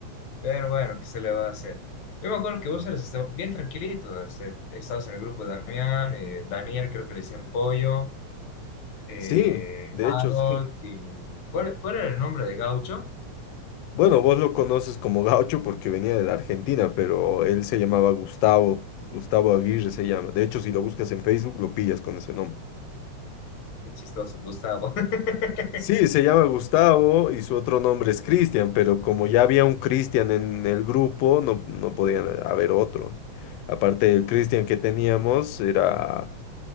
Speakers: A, on the left (about 70°); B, on the left (about 80°).
A: pero bueno, ¿qué se le va a hacer? Yo me acuerdo que vos eres este, bien tranquilito. este, estabas en el grupo de Damián, eh, Daniel creo que le decían Pollo, eh,
B: Sí, de
A: Harold
B: hecho, sí.
A: y... ¿Cuál, cuál era el nombre de Gaucho?
B: Bueno, vos lo conoces como gaucho porque venía de la Argentina, pero él se llamaba Gustavo. Gustavo Aguirre se llama. De hecho, si lo buscas en Facebook, lo pillas con ese nombre.
A: Qué chistoso, Gustavo. <laughs>
B: Sí, se llama Gustavo y su otro nombre es Cristian, pero como ya había un Cristian en el grupo, no, no podía haber otro. Aparte, el Cristian que teníamos era